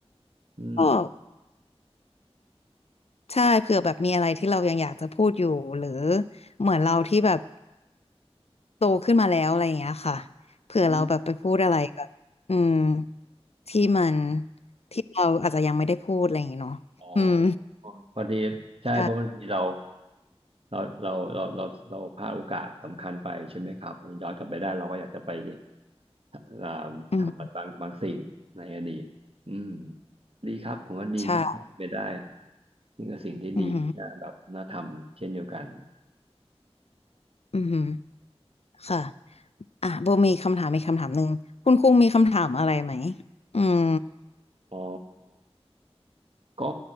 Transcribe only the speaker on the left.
ก็ใช่เผื่อแบบมีอะไรที่เรายังอยากจะพูดอยู่หรือเหมือนเราที่แบบ โตขึ้นมาแล้วอะไรอย่างเงี้ยค่ะเผื่อเราแบบไปพูดอะไรแบบอืม
ที่มันที่เราอาจจะยังไม่ได้พูดอะไรอย่างเงี้ยเนาะอืม
ใช่
อืม
ใช่
อืมอืมค่ะอ่ะโบมีคำถามมีกคำถามหนึ่งคุณคุงมีคำถามอะไรไหมอืม